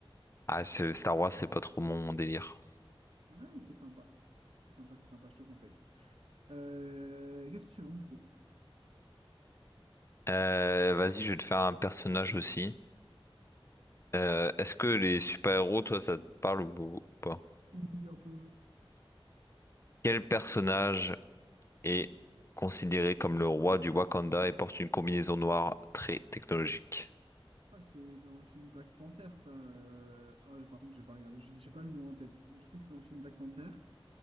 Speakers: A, on the left; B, on the right.
A: Ah, c'est- Star Wars, c'est pas trop mon délire.
B: Ouais, mais c'est sympa. C'est sympa, c'est sympa, je te conseille. Euh, question suivante, du coup.
A: Euh, vas-y, je vais te faire un personnage aussi. Euh, est-ce que les super-héros, toi, ça te parle ou pas?
B: Oui, un peu, ouais.
A: Quel personnage est considéré comme le roi du Wakanda et porte une combinaison noire très technologique?
B: Ah, c'est dans le film Black Panther, ça. euh, Ah, par contre, j'ai pas regardé, j'ai j'ai pas le nom en tête. Je sais que c'est dans le film Black Panther